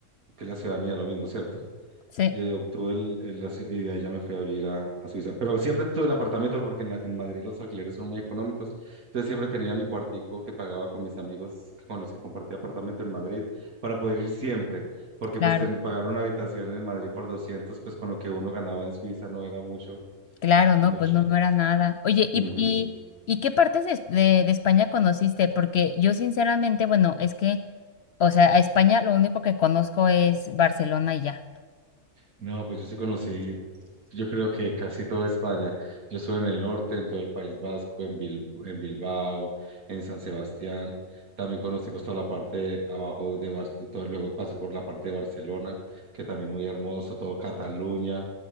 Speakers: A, on the right (about 75°); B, on the left (about 65°).
A: que es la ciudadanía, lo mismo, ¿cierto?
B: Sí,
A: eh, obtuve el, el asilo y de ahí ya me fui a vivir a, a Suiza. Pero siempre tuve el apartamento porque en, la- en Madrid los alquileres son muy económicos. Entonces siempre tenía mi cuartico que pagaba con mis amigos con los que compartía apartamento en Madrid para poder ir siempre. Porque
B: claro,
A: pues ten- pagar una habitación en Madrid por 200, pues con lo que uno ganaba en Suiza no era mucho,
B: claro, no,
A: mucho.
B: pues no, no era nada. Oye, ¿y,
A: Ujú.
B: y, y qué partes de, de, de España conociste? Porque yo sinceramente, bueno, es que, o sea, a España lo único que conozco es Barcelona y ya.
A: No, pues yo sí conocí, yo creo que casi toda España. Yo estuve en el norte, en todo el País Vasco, en Bilb- en Bilbao, en San Sebastián. También conocí pues toda la parte de abajo de Barcelona, luego pasé por la parte de Barcelona, que también muy hermoso, todo Cataluña,